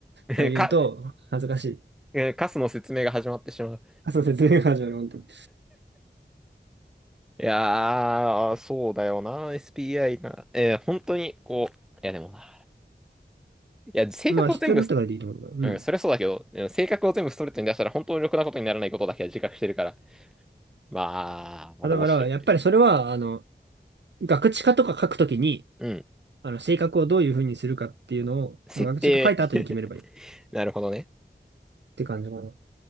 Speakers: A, in the centre; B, on the right (about 70°).
A: <laughs>
B: あ言うと、
A: か、
B: 恥ずかしい。
A: えーカスの説明が始まってしまう。
B: あ、そう、説明が始まる、本当に。
A: いやー、そうだよな、SPI な。えー本当に、こう、いやでもな、いや、性格を全部
B: まあ、必要になったからでいいと思うんだ。うん。
A: うん、それはそうだけど、うん性格を全部ストレートに出したら本当にろくなことにならないことだけは自覚してるから。まあ、まあどうしようっていう。
B: まあだから、やっぱりそれは、あの、ガクチカとか書くときに、
A: うん。
B: あの、性格をどういうふうにするかっていうのを、
A: 設定。
B: まあ、学習が書いた後に決めればいいっ
A: <laughs> なるほどね。
B: て感じかな。ま